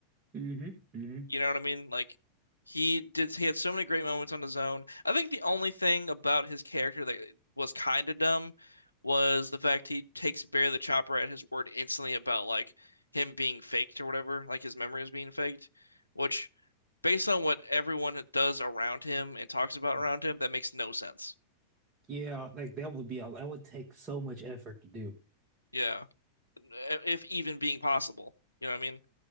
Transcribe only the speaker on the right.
hmm hmm
Yeah,
Yeah, like that would be a, that would take so much effort to do.